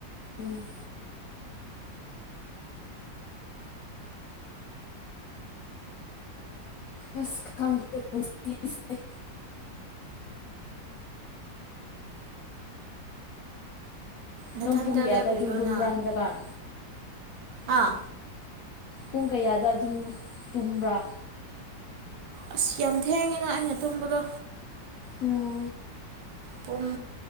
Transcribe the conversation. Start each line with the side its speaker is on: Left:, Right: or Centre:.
Left: ꯎꯝ ꯑꯁ ꯈꯪ ꯄꯨꯟ ꯁꯦ
Right: ꯅꯊꯟꯇ
Left: ꯅꯪ ꯄꯨꯡ ꯀꯌꯥꯗ
Right: ꯂꯦꯞꯄꯤꯔꯣ
Left: ꯑꯗꯨꯝ ꯇꯨꯝꯕ꯭ꯔꯥ
Right: ꯅ
Left: ꯍꯟꯗꯛꯀꯥꯟ
Right: ꯑꯥ
Left: ꯄꯨꯡ ꯀꯌꯥꯗ ꯑꯗꯨꯝ ꯇꯨꯝꯕ꯭ꯔꯥ
Right: ꯑꯁ ꯌꯥꯝ ꯊꯦꯡꯉꯦꯗ ꯑꯩꯅ ꯇꯨꯝꯕꯗꯣ
Left: ꯎꯝ
Right: ꯄꯨꯡ